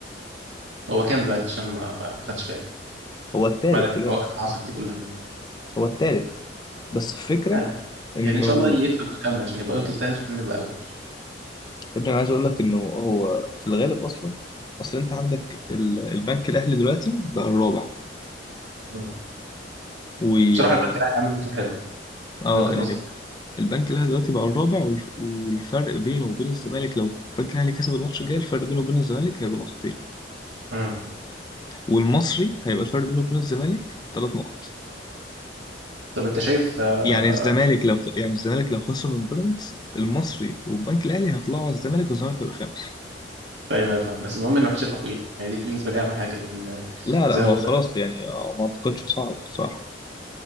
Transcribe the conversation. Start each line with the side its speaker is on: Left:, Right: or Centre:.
Right: هو كام دلوقتي عشان ما, ما, ما خدش بالي
Left: هو التالت
Right: بعد الحوارات
Left: دلوقتي
Right: اللي حصلت دي كلها
Left: هو التالت بس الفكرة
Right: آه.
Left: إنه
Right: يعني ان شاء الله يكسب ويكمل عشان يبقى يفضل تالت واحنا نبقى اول
Left: يا ابني أنا عايز أقول لك إنه هو في الغالب أصلا أصل أنت عندك ال- البنك الأهلي دلوقتي بقى الرابع
Right: آه.
Left: و
Right: بصراحة البنك الاهلي عامل موسم حلو
Left: آه
Right: من وجهة
Left: يعني
Right: نظري
Left: البنك الاهلي دلوقتي بقى الرابع والف- والفرق بينه وبين الزمالك لو البنك الاهلي كسب الماتش الجاي الفرق بينه وبين الزمالك هيبقى نقطتين
Right: مم.
Left: والمصري هيبقى الفرق بينه وبين الزمالك ثلاث نقط
Right: طب انت شايف آه،
Left: يعني الزمالك لو يعني الزمالك لو خسر من بيراميدز المصري والبنك الاهلي هيطلعوا على الزمالك والزمالك هيبقى خامس
Right: ايوه ايوه فاهم بس المهم ان ما حدش يطلع فوقينا يعني دي بالنسبه لي اهم حاجه لان
Left: لا
Right: زي
Left: لا هو
Right: ما بقول
Left: خلاص
Right: لك
Left: يعني آه، ما اعتقدش صعب بصراحة